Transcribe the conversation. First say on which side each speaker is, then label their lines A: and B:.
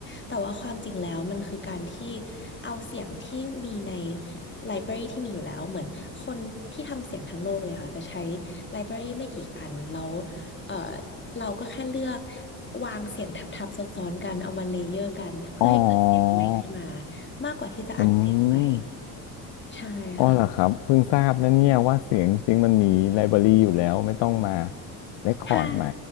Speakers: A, on the left (about 25°); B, on the left (about 60°).
A: แต่ว่าความจริงแล้วมันคือการที่เอาเสียงที่มีในไลบรารีที่มีอยู่แล้วเหมือนคนที่ทำเสียงทั้งโลกเลยค่ะจะใช้ไลบรารีไม่กี่อันแล้วเอ่อเราก็แค่เลือกวางเสียงทับๆซ้อนๆกันเอามาเลเยอร์กันเพื่อให้เกิดเสียงใหม่ขึ้นมา
B: อ๋อ
A: มากกว่าที่จะอัดเสียงใหม่
B: อืม
A: ใช่ค่ะ
B: อ๋อเหรอครับเพิ่งทราบนะเนี่ยว่าเสียงจริงมันมีไลบรารีอยู่แล้วไม่ต้องมาเรคคอร์ดใหม่
A: ใช่